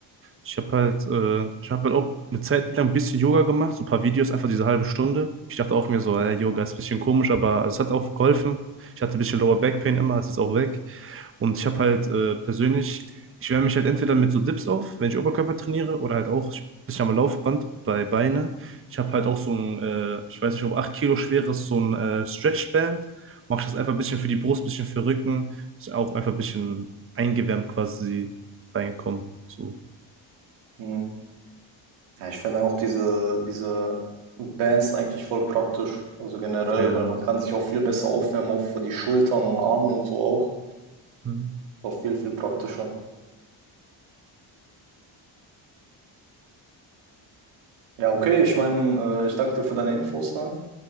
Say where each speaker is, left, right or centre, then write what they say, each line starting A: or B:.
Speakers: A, on the right; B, on the right.
A: Ich habe halt, äh, ich habe halt auch eine Zeit lang ein bisschen Yoga gemacht, so ein paar Videos, einfach diese halbe Stunde. Ich dachte auch mir so, äh, Yoga ist ein bisschen komisch, aber also es hat auch geholfen. Ich hatte ein bisschen Lower Back Pain immer, es ist auch weg. Und ich habe halt äh, persönlich, ich wärme mich halt entweder mit so Dips auf, wenn ich Oberkörper trainiere, oder halt auch ein bisschen am Laufband bei Beine. Ich habe halt auch so ein, äh, ich weiß nicht, ob 8 Kilo schweres, so ein äh, Stretchband. Mache ich das einfach ein bisschen für die Brust, ein bisschen für den Rücken. Ist auch einfach ein bisschen eingewärmt quasi reinkommen. So.
B: Hm. Ja, ich finde auch diese, diese Bands sind eigentlich voll praktisch, also generell,
A: Ja.
B: weil man kann sich auch viel besser aufwärmen, auch für die Schultern und Arme und so auch.
A: Hm.
B: auch viel, viel praktischer. Ja, okay, ich meine, äh, ich danke dir für deine Infos, ne?